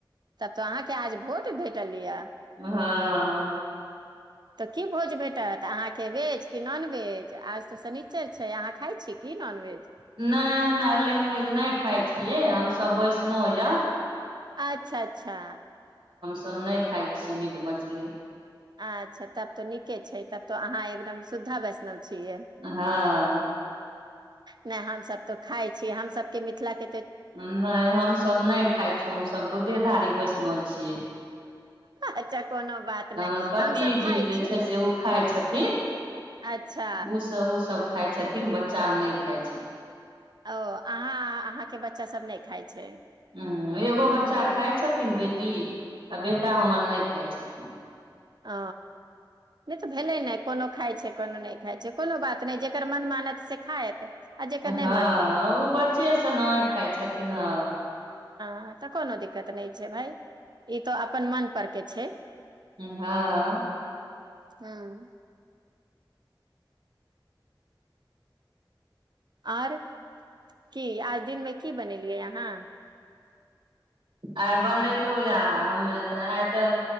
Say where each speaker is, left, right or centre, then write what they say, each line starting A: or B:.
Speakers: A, on the right (about 60°); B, on the right (about 85°).
A: तब तो अहांके आज भोज भेटल यऽ
B: हँ
A: तऽ की भोज भेटत अहाँके भेज कि नॉनवेज आज तऽ शनिचर छै अहाँ खाइत छी कि नॉनवेज
B: नहि हमरा लैंग्वेज नहि खाइ छियै हमसभ वैष्णो यए
A: अच्छा अच्छा
B: सब नहि खाइ छी मीट मछली
A: अच्छा तब तो नीके छै तब तो अहाँ एकदम शद्धा वैष्णव छियै
B: हँ
A: नहि हमसब तऽ खाय छी हम सभके मिथिला के
B: नहि हमसभ नहि खाइ छौ हमसभ दूधे दारी बैसल न छ
A: अच्छा कोनो बात
B: हमर
A: नहि
B: पतिजी
A: हमसभ खाइ
B: जे
A: छी
B: छै से ओ खाइ छथिन
A: अच्छा
B: ओसभ ओसभ खााय छथिन बच्चा आर नहि खाइ छै
A: ओ अहाँ अहाँके बच्चा सब नहि खााय छै
B: ह एगो बच्चा
A: हँ
B: खाइ छथिन बेटी आ बेटा हमर नहि खाइ छथिन
A: ह नहि तऽ भेलै नहि कोनो खाइ छै कोनो नहि छै कोनो बात नहि जेकर मन मानस सिखायत आ
B: हँ
A: नहि
B: ओ बच्चेसँ नहि खाइ छथिन हँ
A: ह तऽ कोनो दिक्कत नहि छै भााय ई तो अपनन मन पर के छै
B: हँ
A: हँ आओर की आज दिनमे की बनेलियै यहाँ
B: आइ बनयेलहुँ या हमे तऽ आइ तऽ